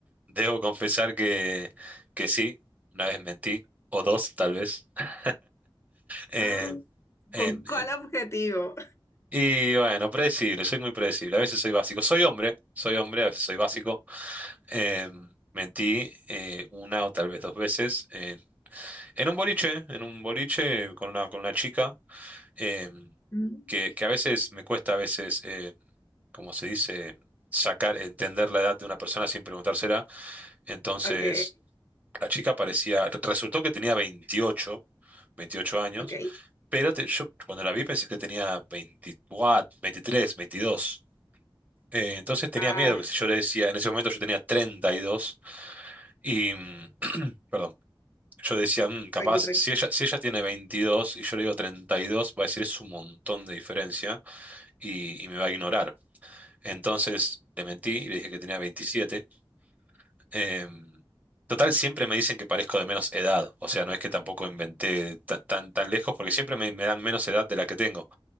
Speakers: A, on the right; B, on the left.
A: debo confesar que, que sí, una vez mentí, o dos tal vez. <laughs> Eh,
B: Mm,
A: en,
B: ¿Con cuál
A: en-
B: objetivo?
A: y bueno, predecible, soy muy predecible, a veces soy básico. Soy hombre, soy hombre, a veces soy básico. Eh, mentí eh, una o tal vez dos veces en, en un boliche, en un boliche con una, con una chica, eh,
B: Mm,
A: que, que a veces me cuesta, a veces, eh, como se dice, sacar, entender la edad de una persona sin preguntársela. Entonces,
B: Ok,
A: la chica parecía, resultó que tenía veintiocho veintiocho años,
B: ok.
A: pero te- yo cuando la vi pensé que tenía 24, 23, 22. Eh, entonces tenía
B: Ah,
A: miedo que si yo le decía, en ese momento yo tenía treinta y... dos y <clears throat> Perdón. Yo decía, "Mm, capaz,
B: tranqui, tranqui.
A: si ella, si ella tiene 22 y yo le digo 32, va a decir es un montón de diferencia y, y me va a ignorar. Entonces le mentí y le dije que tenía 27. Em, total, siempre me dicen que parezco de menos edad. O sea, no es que tampoco inventé ta- tan, tan, lejos porque siempre me, me dan menos edad de la que tengo,